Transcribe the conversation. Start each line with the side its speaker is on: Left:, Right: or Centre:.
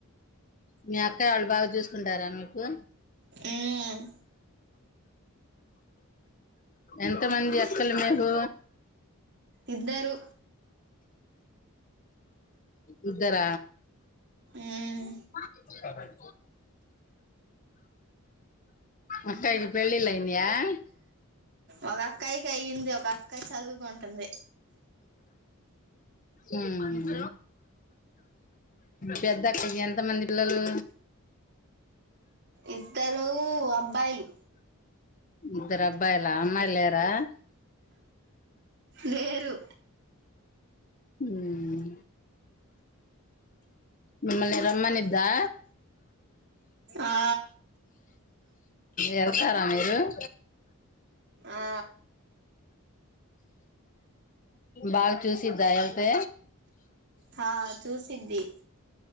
Left: మీ అక్కయ వాళ్ళు బాగా చూసుకుంటారా మీకు ఉమ్
Right: ఉమ్
Left: ఎంత మంది అక్కలు మీకు
Right: ఇద్దరు
Left: ఇద్దర
Right: ఉమ్
Left: ఉమ్ అక్కయికి పెళ్లిళ్లు అయినాయ
Right: ఒక అక్కాయికి అయ్యింది ఒక అక్కాయి చదువుకుంటుంది
Left: ఉమ్ ఉమ్ పెద్ద అక్క కి ఎంత మంది పిల్లలు
Right: ఇద్దరు అబ్బాయిలు
Left: ఇద్దరు అబ్బాయిల అమ్మాయి లేరా
Right: లేరు
Left: ఉమ్ మిమ్మల్ని రమ్మనిద్దా
Right: ఆ
Left: వెళ్తారా మీరు <inaudible>
Right: ఆ
Left: బాగా చూసిదా వెళ్తే
Right: హా చూసిది